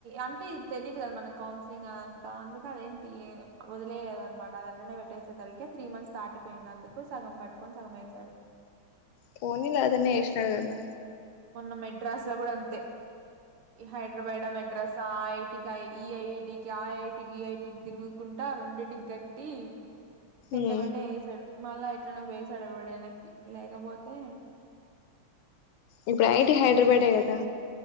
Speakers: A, on the right; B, on the left.
A: అంటే ఇది తెలీదు కదా మన కౌన్సిలింగ్ అంతా అందుక అదేంటి వదిలలేదు అనమాట అట్లనే పెట్టేసే సరికి త్రీ మంత్స్ దాటిపోయింది అందుకె సగం పటుకొని సగం వేసాడు
B: పోనీ అదన్న చేసినాడు కదా
A: మొన్న మెడ్రాస్ లో కూడా అంతే ఈ హైదరాబాద్ ల మెడ్రాస్ ఆ ఐటీకి ఈ ఐటికి ఆ ఐటీకి ఈ ఐటీకి తిరుగుకుంటా రొండిటికి గట్టి పెంట
B: హ్మ్
A: పెంట చేసాడు మళ్ళా ఎట్లనే వేసడు వెనకీ లేకపోతే
B: ఇప్పుడు ఐటి హైదరాబాదే కదా